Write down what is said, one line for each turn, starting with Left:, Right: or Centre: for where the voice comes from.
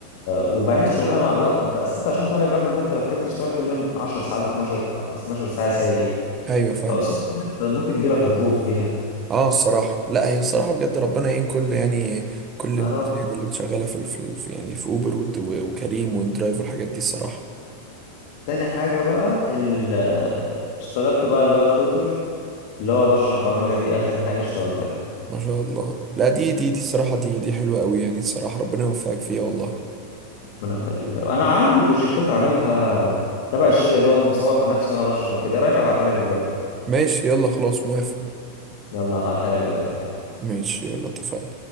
Left: وبعدين شغلانة مع الوقت انت اصل انت عشان تعمل الرقم ده انت محتاج تشتغل كل يوم 10 ساعات 12 12 ساعة سايق
Right: <laughs> ايوه فاهم
Left: فقصاد كده انت ممكن يجيلك غضروف فيها
Right: اه الصراحه لا هي الصراحه بجد ربنا يعين كل يعني كل
Left: يا
Right: الناس
Left: رب
Right: يعني اللي شغاله في في في- يعني في اوبر ود- وكريم وندرايف والحاجات دي الصراحه
Left: تاني حاجة بقى ال... اشتغلت بقى اللي هو توتر اللي هو بشرح برمجة دي آخر حاجة اشتغلتها
Right: ما شاء الله لا دي دي دي الصراحه دي دي حلوه قوي يعني الصراحه ربنا يوفقك فيها والله
Left: ربنا يخليك يا رب. أنا عندي بروجكتات عاملها تبع الشغل ده ومصور على نفسي وأنا بشرح وكده إيه رأيك أبعتها لك دلوقتي
Right: ماشي يلا خلاص موافق
Left: يلا ابعتها لك دلوقتي حالا
Right: ماشي يلا اتفقنا